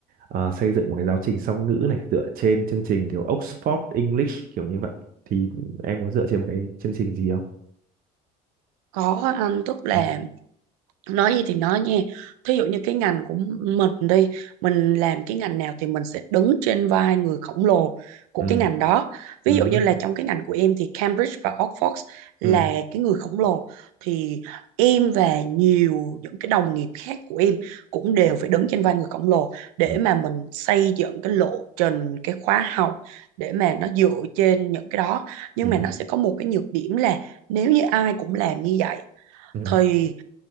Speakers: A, on the right; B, on the right.
A: ờ, xây dựng một cái giáo trình song ngữ này dựa trên chương trình kiểu Oxford English kiểu như vậy thì em có dựa trên một cái chương trình gì không?
B: có anh tức là
A: Ừ.
B: nói gì thì nói nha thí dụ như cái ngành của mình đi mình làm cái ngành nào thì mình sẽ đứng trên vai người khổng lồ của
A: Ừ.
B: cái ngành đó ví
A: Ừ.
B: dụ như là trong cái ngành của em thì Cambridge và Oxford là
A: Ừ.
B: cái người khổng lồ thì em và nhiều những cái đồng nghiệp khác của em cũng đều phải đứng trên vai người khổng lồ để
A: Ừ.
B: mà mình xây dựng cái lộ trình cái khóa học để mà nó dựa trên những cái đó nhưng
A: Ừ.
B: mà nó sẽ có một cái nhược điểm là nếu như ai cũng làm như vậy
A: Ừ.
B: thì